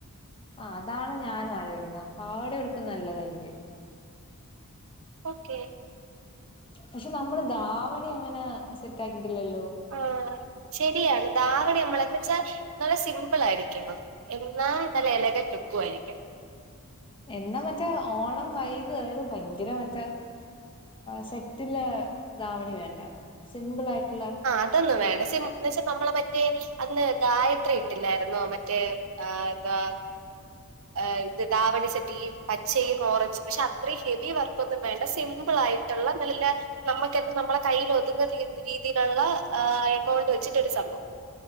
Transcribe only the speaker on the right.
ഓക്കെ
ആഹ് ശെരിയാണ് ദാവണി നമ്മള് എന്ന് വെച്ചാ നല്ല സിമ്പിൾ ആയിരിക്കണം എന്നാ നല്ല എലഗന്റ് ലുക്കും ആയിരിക്കണം
ആഹ് അതൊന്നും വേണ്ട എന്നുവെച്ചാ നമ്മളെ മറ്റേ അന്ന് ഗായത്രി ഇട്ടില്ലായിരുന്നോ മറ്റേ ആഹ് എന്താ ഹ് ഇത് ദാവണി സെറ്റില് പച്ചയും ഓറഞ്ചും പക്ഷെ അത്രയും ഹെവി വർക്കൊന്നും വേണ്ട സിമ്പിൾ ആയിട്ട് ള്ള നമ്മുക്ക് നമ്മടെ കയ്യിൽ ഒതുങ്ങുന്ന രീതിയിൽ ഇതിനുള്ള എമൗണ്ട് വെച്ചിട്ടൊരു സംഭവം